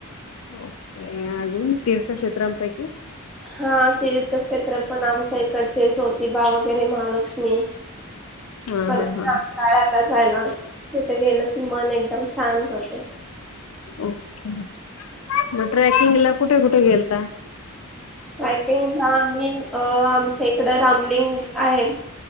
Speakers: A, on the left; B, in the centre.
A: ओके अजून तीर्थक्षेत्रांपैकी?
B: हा तीर्थक्षेत्र पण आमच्या इकडचीच होती ज्योतिबा वगैरे महालक्ष्मी
A: हा
B: परत
A: हा हा
B: रंकाळा
A: हा
B: काळायाला जायला तिथे गेलं की मन एकदम शांत होत.
A: ओके मग ट्रॅकिंग एला कुटे कुटे गेलता
B: ट्रॅकिंग ह आम्ही आमच्या इकडं रामलिंग आहे.